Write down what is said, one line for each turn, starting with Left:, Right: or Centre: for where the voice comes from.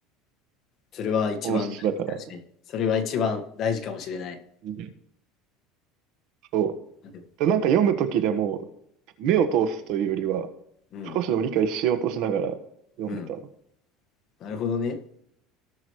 Left: それは一番大事、
Right: 本質だから。
Left: 確かに。
Right: う
Left: それは一番大事かもしれない。
Right: んそう。
Left: あでも
Right: で、なんか読むときでも、目を通すというよりは、
Left: うん、
Right: 少しでも理解しようとしながら読んでたの。
Left: うん。なるほどね。